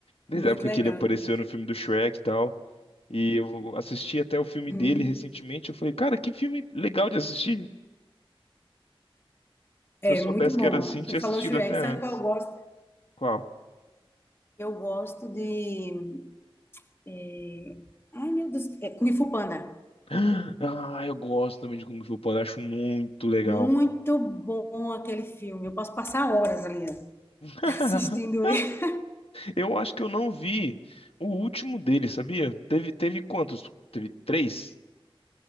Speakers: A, on the left; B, on the left.
A: Desde
B: Muito
A: a época
B: legal.
A: que ele apareceu
B: né?
A: no filme do Shrek e tal. E eu assisti até o filme
B: Uhum.
A: dele recentemente. Eu falei, cara, que filme legal de assistir. Se
B: É
A: eu soubesse
B: muito bom.
A: que era assim, tinha
B: Tu falou
A: assistido
B: Shrek,
A: até antes.
B: sabe qual eu gosto?
A: Qual?
B: Eu gosto de É, Ai, meu Deus, é Kung Fu Panda.
A: <gasps> Ah, eu gosto também de Kung Fu Panda, acho muito legal.
B: Muito bom aquele filme. Eu posso passar horas ali ó,
A: <laughs>
B: <laughs> assistindo ele.
A: Eu acho que eu não vi o último dele, sabia? Teve, teve quantos? Teve três?